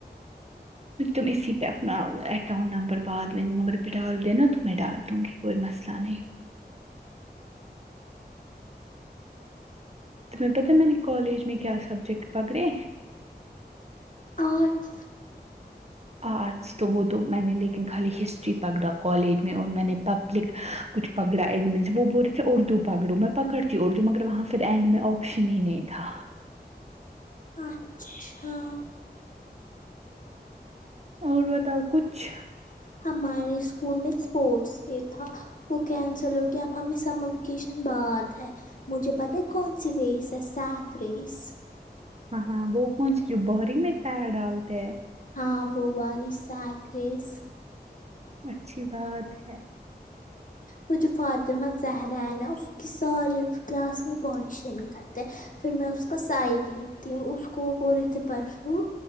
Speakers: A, on the right; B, on the left.
A: تم اسی پہ اپنا اکوند نمبر بعد میں مگر پہ ڈال دینا تو میں ڈال دوں گی کوئی مسئلہ نہیں تمہیں پتا میں نے کالج میں کیا سبجیکٹ پکڑے
B: آرٹس
A: آرٹس تو وہ تو میں نے لیکن خالی ہسٹری پکڑا کالج میں اور میں نے پبلک کچھ پگڑا اینڈین وہ بول رہے تھے اردو پگڑو میں پکڑتی اردو مگر وہاں پھر اینڈ میں آپشن ہی نہیں تھا
B: اچھا
A: اور بتاؤ کچھ
B: ہمارے اسکول میں اسپورٹس ڈے تھا وہ کینسل ہوگیا اب ہمیں سمر ویکیشن بعد ہے مجھے پتہ ہے کون سی ریس ہے سات ریس
A: ہاں ہاں بو پنچی ج بہری متاا ہے ڈالولتے
B: ہاں وہوبا لسا اگریس
A: اچھی بات ہے
B: وہ جو فطمہ زہرا ہے نا اس کی سارے کلاس میں باڈی شیمنگ کرتے ہیں پھر میں اس کا سائڈ لیتی ہوں اس کو بول رے تھے پرسوں